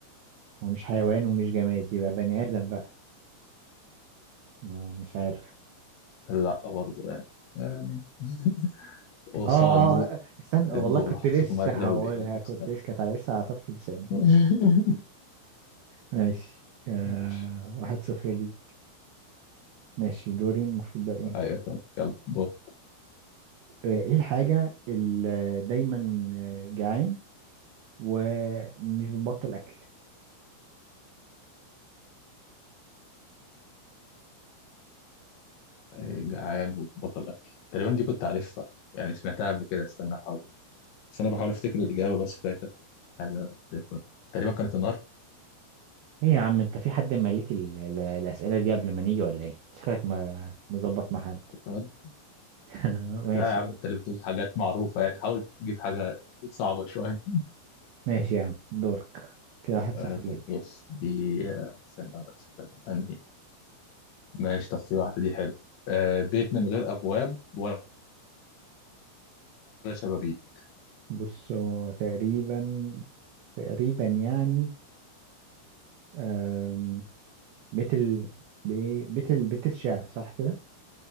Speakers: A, on the right (about 85°); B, on the left (about 70°).
A: هو مش حيوان ومش جماد يبقى بني آدم بقى ما- مش عارف
B: لا برضه يعني يعني <laughs>
A: اه
B: قصاد
A: اه
B: الضوء
A: آه، استنى
B: يعني
A: والله
B: الضوء
A: كنت
B: لو حطيته
A: لسه
B: في المية كده
A: هقولها
B: ما بيبقى مثلا
A: كنت لسه كانت على لسه على طرف لساني
B: <laughs>
A: ماشي ماشي آه
B: ماشي
A: واحد صفر دي ماشي دوري المفروض بقى ايه
B: ايوه تمام يلا دور
A: آه، ايه الحاجة اللي دايما آه، جعان ومش بتبطل اكل
B: أي جعان وبطل اكل تقريبا دي كنت عارفها يعني سمعتها قبل كده استنى احاول بس انا بحاول افتكر الاجابه بس فاكر حاجه تقريبا كانت النار
A: ايه يا عم انت في حد مالك ال- ال- الاسئلة دي قبل ما نيجي ولا ايه شكلك ما مظبط مع حد
B: لا
A: <laughs> ماشي
B: لا يا عم
A: يعني
B: انت اللي بتقول حاجات معروفه يعني حاول تجيب حاجه صعبه شويه
A: ماشي يعني دورك كده واحد
B: آه
A: صفر
B: طب
A: ليك
B: بص دي آه، استنى بس أنهي ماشي طب في واحدة دي حلو آه بيت من غير أبواب ولا شبابيك
A: بص هو تقريبا تقريبا يعني أم، بيت ال بي- بيت ال بيت الشعر صح كده